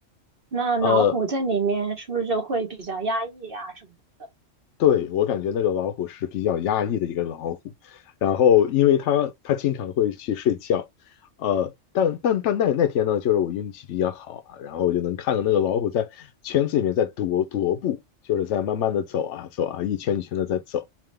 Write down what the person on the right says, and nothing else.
那老虎在里面是不是就会比较压抑啊什么的？